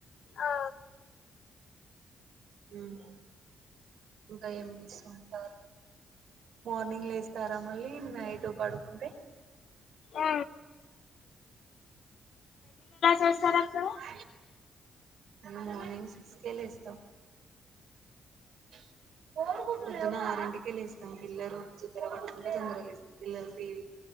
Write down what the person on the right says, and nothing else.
హామ్ ఇంకా ఏం చేస్తుంటారు మార్నింగ్ వస్తారా మళ్ళీ నైట్ పడుకుంటే
<inaudible>
మేం మార్నింగ్ సిక్స్ లేస్తాం <inaudible> పొద్దున్న ఆరింటికే లాస్యం పిల్లలు తొందర పట్టుకుంటే తొందరగా లేస్తాం పిల్లలు టీవీ